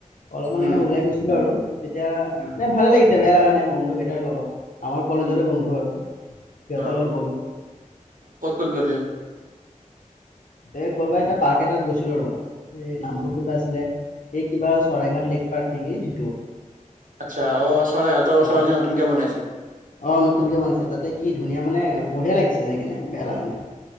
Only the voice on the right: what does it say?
উম
উম
উম
অ
ক'ত কত গলে?
আচ্ছা, অ চৰাইঘাট
চৰাইজ নতুন কে বনাইছে।